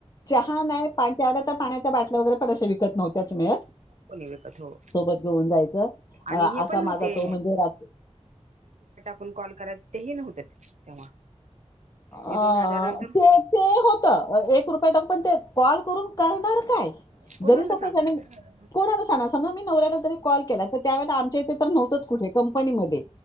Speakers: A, on the left (about 30°); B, on the right (about 90°).
A: चहा नाय पा त्यावेळेला तर पाण्याच्या बाटल्या वगैरे पण अशा विकत नव्हत्याच मिळत
B: कोणी विकत हो
A: सोबत घेऊन जायचं
B: आणि
A: अ
B: हे
A: असा
B: पण नव्हते
A: माझा तो म्हणजे रा
B: फोन कॉल करा तेही नव्हतं तेव्हा ते
A: अं
B: दोन हजार नंतर
A: ते ते हो तं एक रुपया टाकून पण ते कॉल करून करणार काय?
B: कुणाला
A: जरी सपोज
B: सांगणार?
A: आणि कोणाला सांगणार समजा मी नवऱ्याला जरी कॉल केला तर त्यावेळेला आमच्या इथे तर नव्हतंच कुठे कंपनीमध्ये.